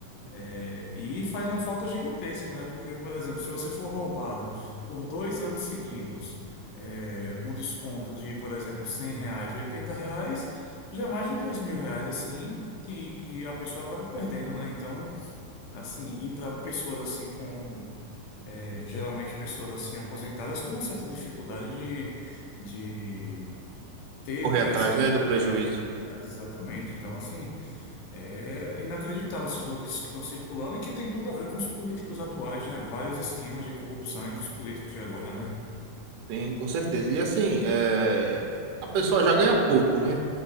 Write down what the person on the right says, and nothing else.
correr
atrás,
né, do prejuízo.
Tem, com certeza. E assim, é, a pessoa já ganha pouco, né?